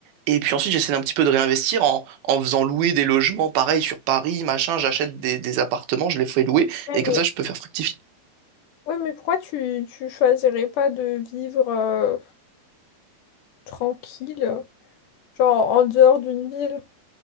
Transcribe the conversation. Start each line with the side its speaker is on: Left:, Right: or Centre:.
Right: et puis ensuite j'essaie un petit peu de réinvestir en, en faisant louer des logements pareil sur Paris, machin, j'achète des, des appartements, je les fais louer,
Left: Ouais,
Right: et comme
Left: Mais
Right: ça je peux faire fructifier.
Left: Ouais, mais pourquoi tu, tu choisirais pas de vivre euh, tranquille, genre en dehors d'une ville?